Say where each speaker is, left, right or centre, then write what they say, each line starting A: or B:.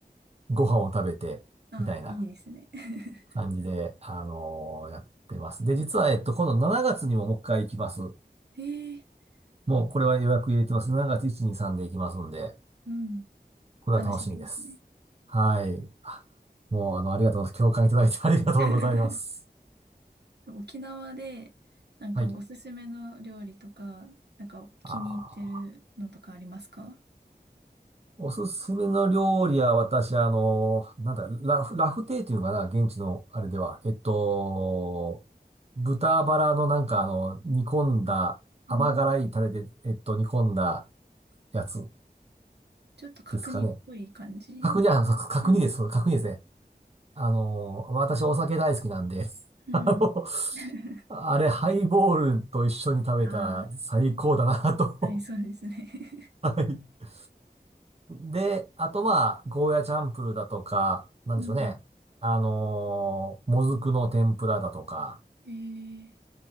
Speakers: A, on the right; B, on the right.
A: ご飯を食べて、
B: あ、
A: みたいな。
B: ああ、いいですね。<laughs>
A: 感じで、あのーやってます。で、実は、えっと、今度7月にももう一回行きます。
B: へえ、
A: もう、
B: ま
A: これは予約入れてます。7月1、2、3で行きますんで、
B: うん、
A: これは楽しみです。
B: 楽しみですね。
A: はい。あもう、あの、ありがとうございます。共感いただいて <laughs> ありがとうございます。
B: <laughs> 沖縄で、なんかおすすめの料理とか、
A: はい。
B: なんか気に入ってるのとかありますか
A: あーおすすめの料理は、私、あのーなんだ、ラフ、ラフテーっていうのかな、現地の、あれでは。えっと、豚バラのなんか、あの、煮込んだ、甘辛いタレで、
B: うん、
A: えっと、煮込んだやつ
B: ちょっと角煮っぽい感じ。
A: ですかね。角煮、あ、そう角煮です。
B: ああ、
A: 角煮ですね。あのー、私お酒大好きなんで、<laughs>
B: うん。
A: あの、
B: <laughs>
A: あれ、ハイボールと一緒に食べたら最高だなと。
B: ああ、はい、そうですね。<laughs>
A: <laughs> はい。で、あとまあ、ゴーヤチャンプルだとか、なんでしょうね。
B: うん。
A: あのーもずくの天ぷらだとか、
B: <laughs> へえ、